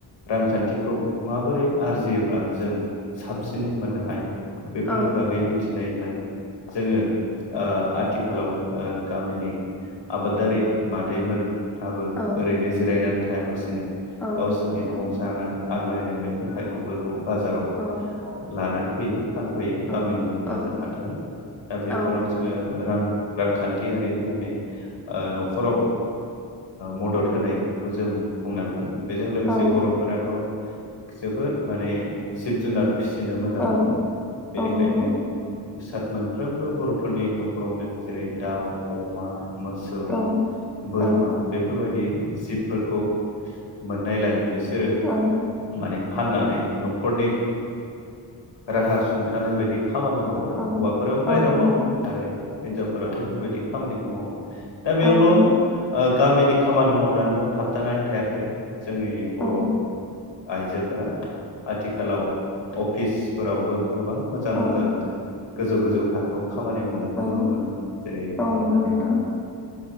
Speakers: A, on the left; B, in the centre.
A: रांखान्थिखौ माबोरै आरजियोब्ला जों साबसिनै मोननो हायो बेफोरनि
B: औ
A: बागै मिथिनाय जोङो आथिखालाव गामिनि आबादारि मादैमोनहाबो
B: औ
A: ओरैनो जिरायनानै थायालासिनो
B: औ
A: गावसोरनि
B: नंगौ नोंथां
A: न'आव जानो आग्लायनाय मैगं थाइगंफोरखौ बाजाराव
B: औ
A: लानानै फैयो फानफैयो गामिनिनो
B: औ
A: बाजार
B: औ
A: हाथायाव दा बेफोराव
B: औ
A: जोङो रां रांखान्थियारि माने न'खराव मदद होनायखौ जों बुंनांगोन बेजों लोगोसे
B: औ
A: बर'फोराथ' जोबोद माने जिब जुनार फिसिनो मोजां
B: औ
A: मोनो बेनिखायनो
B: औ नंगौ
A: सात मोनफ्रोमबो बर'फोरनि न'खरावनो जेरै दाउ अमा मोसौ
B: औ
A: बोरमा
B: औ
A: बेफोरबायदि जिबफोरखौ मोननायलाय बिसोरो
B: औ
A: माने फाननानै न'खरनि राहा सुंथानाय बायदि खामानि मावो आरो
B: औ
A: हौवाफोराबो बाहेराव
B: औ नंगौ
A: मावो आरो हिनजावफोराबो बेबायदि खामानिखौ मावो दा बेयावल'
B: औ नंगौ
A: गामिनि खामानि मावनानैल' थाबथानानै थायाखै जोंनि बर'
B: औ
A: आइजोफोरा आथिखालाव अफिसफोरावबो गोबां मोजां
B: औ
A: मोजां गोजौ गोजौ थाखोआव खामानि मावनायखौ
B: औ
A: नुनो मोनो जेरै
B: औ
A: हमनानै
B: नंगौ नोंथां
A: ला